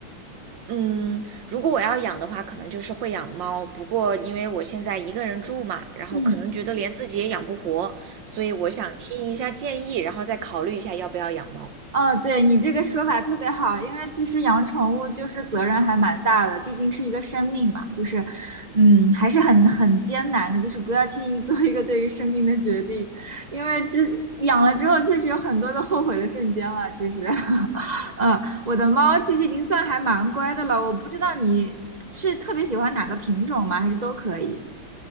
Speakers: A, on the right (about 60°); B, on the right (about 35°).
A: 嗯，如果我要养的话，可能就是会养猫，不过因为我现在一个人住嘛，然后可能觉得连自己也养不活，
B: 嗯，
A: 所以我想听一下建议，然后再考虑一下要不要养猫。
B: 哦，对，你这个说法特别好，因为其实养宠物就是责任还蛮大的，毕竟是一个生命嘛，就是，嗯，还是很很艰难的，就是不要轻易做一个对于生命的决定，因为这养了之后确实有很多个后悔的瞬间了。其实，<laughs> 嗯，我的猫其实已经算还蛮乖的了，我不知道你是特别喜欢哪个品种吗？还是都可以？